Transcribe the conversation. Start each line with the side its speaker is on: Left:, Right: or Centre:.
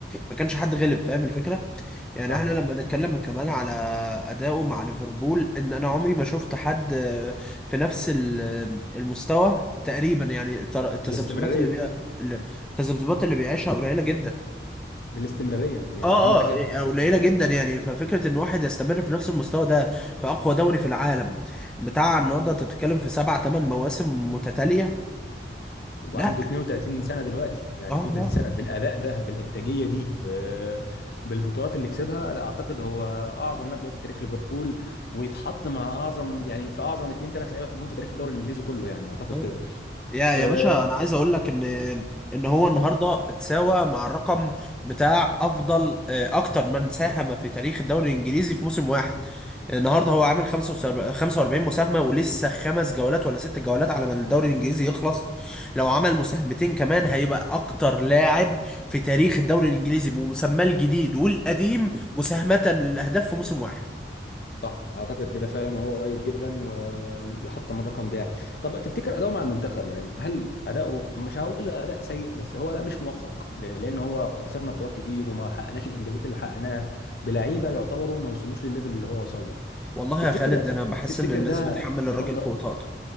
Centre: ما كانش حد غلب فاهم الفكرة؟ يعني
Left: صح
Centre: احنا لما نتكلم كمان على اداؤه مع ليفربول ان انا عمري ما شفت حد آه، في نفس ال- آه، المستوى تقريبا يعني التر- التذبذبات
Left: بالاستمراريه
Centre: اللي
Left: دي
Centre: بي... التذبذبات اللي بيعيشها قليله جدا
Left: بالاستمراريه يعني
Centre: اه
Left: اهم حاجه فكره
Centre: اه
Left: الاستمراريه
Centre: قليله جدا يعني ففكره ان واحد يستمر في نفس المستوى ده في اقوى دوري في العالم بتاع النهارده انت بتتكلم في سبع ثمان مواسم متتاليه
Left: وعنده
Centre: لا
Left: 32 سنه دلوقتي يعني
Centre: اه
Left: 32
Centre: اه
Left: سنه بالاداء ده بالانتاجيه دي ب- بالبطولات اللي كسبها لا اعتقد هو اعظم لاعب دلوقتي في تاريخ ليفربول ويتحط مع اعظم يعني في اعظم اثنين ثلاث لعيبه في الجون في تاريخ الدوري الانجليزي كله يعني اعتقد
Centre: آه.
Left: كده
Centre: يا
Left: آه،
Centre: يا باشا انا عايز اقول لك ان ان هو النهارده اتساوى مع الرقم بتاع افضل آه، اكتر من ساهم في تاريخ الدوري الانجليزي في موسم واحد النهارده هو عامل 45 45 مساهمه ولسه خمس جولات ولا ست جولات على ما الدوري الانجليزي يخلص لو عمل مساهمتين كمان هيبقى اكتر لاعب في تاريخ الدوري الانجليزي بمسماه الجديد والقديم مساهمه للاهداف في موسم واحد
Left: صح اعتقد كده فعلا وهو قريب جدا ويحط من الرقم ده يعني طب تفتكر اداؤه مع المنتخب يعني هل اداؤه مش هقول اداء سيء بس هو اداء مش موفق ل- لان هو خسرنا بطولات كتير وما حققناش الانجازات اللي حققناها بلعيبه يعتبروا ما وصلوش للليفل اللي هو وصل له
Centre: والله
Left: تفتكر
Centre: يا خالد انا بحس
Left: تفتكر
Centre: ان الناس
Left: ده
Centre: بتحمل
Left: دي
Centre: الراجل
Left: نقطه
Centre: فوق طاقته